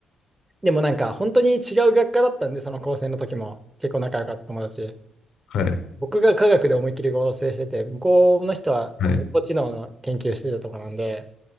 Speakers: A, on the right; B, on the left.
A: でもなんか本当に違う学科だったんで、その高専の時も結構仲良かった友達。
B: はい。
A: 僕が科学で思いっきり合成してて、向こうの人は人工知能の研究してたとこなんで、
B: はい。